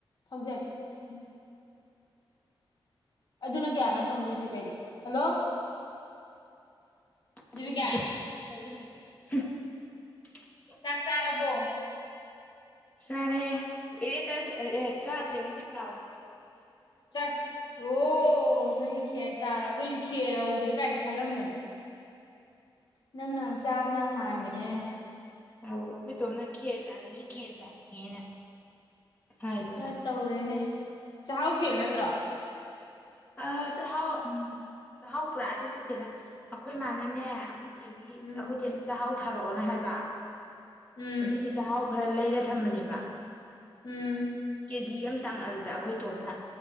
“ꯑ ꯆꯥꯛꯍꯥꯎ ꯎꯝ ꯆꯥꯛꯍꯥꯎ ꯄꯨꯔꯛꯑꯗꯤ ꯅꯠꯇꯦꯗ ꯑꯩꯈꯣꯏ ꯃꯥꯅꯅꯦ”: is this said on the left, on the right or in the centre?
Left